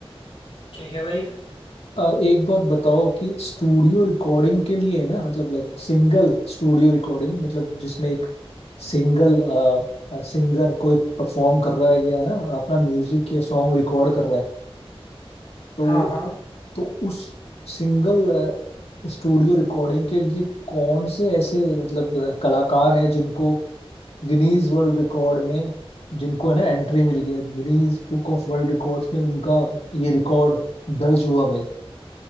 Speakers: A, on the left; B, on the left.
A: ठीक है भाई
B: अ, एक बात बताओ कि स्टूडियो रिकॉर्डिंग के लिए ना मतलब लाइक सिंगल स्टूडियो रिकॉर्डिंग मतलब जिसमें एक सिंगल सिंगर कोई परफॉर्म कर रहा है या ना अपना म्यूजिक या सॉन्ग रिकॉर्ड कर रहा है तो
A: हाँ हाँ
B: तो उस सिंगल स्टूडियो रिकॉर्डिंग के लिए कौन से ऐसे मतलब अ, कलाकार हैं जिनको गिनीज वर्ल्ड रिकॉर्ड में जिनको है ना एंट्री मिली है Guinness book of world records में उनका ये रिकॉर्ड दर्ज हुआ भाई